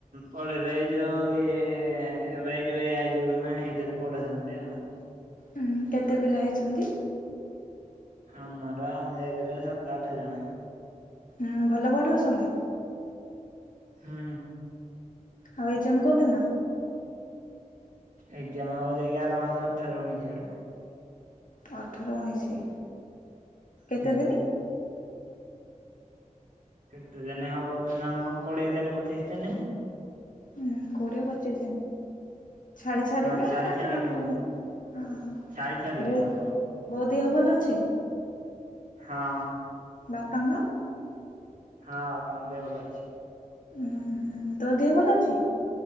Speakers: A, on the right; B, on the left.
A: ପଢେଇଲେ ଏ ଯୋଉ ଇଏ ଏ ଆଇ ଯୁଗ ନା? ଏଇଥିରେ ପଢେଇଛନ୍ତି ଆଉ।
B: ହୁଁ କେତେ ପିଲା ହେଇଛନ୍ତି?
A: ଆମର ଯାଇଥିଲେ ସାତ ଆଠ ଜଣ।
B: ହୁଁ ଭଲ ପଢ଼ଉଛନ୍ତି?
A: ହୁଁ।
B: ଆଉ ଏଗ୍ଜାମ୍ କୋଉଦିନ?
A: ଏଗ୍ଜାମ୍ ହବ ଯାଇକି ଆର ମାସ ମାସ ଅଠର ଉଣେଇଶି ଆଡ଼େ
B: ଅଠର ଉଣେଇଶି? କେତେ
A: ହୁଁ।
B: ଦିନି?
A: କେତେ ଦିନି ହବ <unintelligible> କୋଡିଏ ଦିନି ପଚିଶ ଦିନି।
B: ହୁଁ କୋଡିଏ ପଚିଶ ଦିନି ଛାଡି ଛାଡିକି
A: ହଁ ଛାଡି
B: ନା
A: ଛାଡିକି ହବ
B: ଓହୋ ବହୁତ
A: ଛାଡି ଛାଡିକା ହବ।
B: ବୋଉ ଦେହ ଭଲ ଅଛି?
A: ହଁ।
B: ବାପା ମା?
A: ହଁ ବାପାଙ୍କ ଦେହ ଭଲ ଅଛି।
B: ଉହୁଁ ତୋ ଦେହ ଭଲ ଅଛି?